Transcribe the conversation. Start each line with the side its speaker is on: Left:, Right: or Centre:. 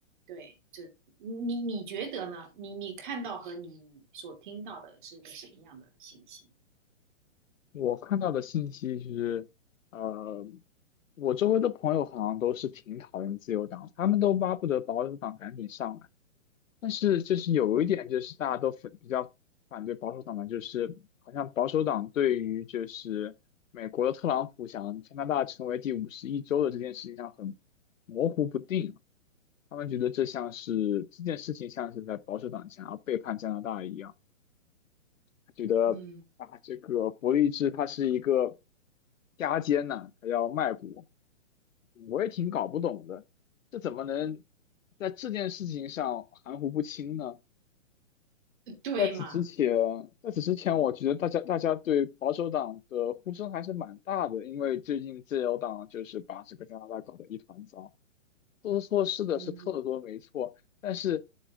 Right: 对，这你你觉得呢？你你看到和你所听到的是个什么样的信息？
Left: 我看到的信息是，呃，我周围的朋友好像都是挺讨厌自由党，他们都巴不得保守党赶紧上来。但是就是有一点，就是大家都反比较反对保守党的，就是好像保守党对于就是美国的特朗普想加拿大成为第五十一州的这件事情上很模糊不定。他们觉得这像是这件事情像是在保守党想要背叛加拿大一样，他觉得啊，
Right: 嗯
Left: 这个伯利兹他是一个加奸呐、他要卖国，我也挺搞不懂的，这怎么能在这件事情上含糊不清呢？
Right: 对嘛？
Left: 在此之前，在此之前，我觉得大家大家对保守党的呼声还是蛮大的，因为最近自由党就是把这个加拿大搞得一团糟。做错事的是特鲁多没错，
Right: 嗯
Left: 但是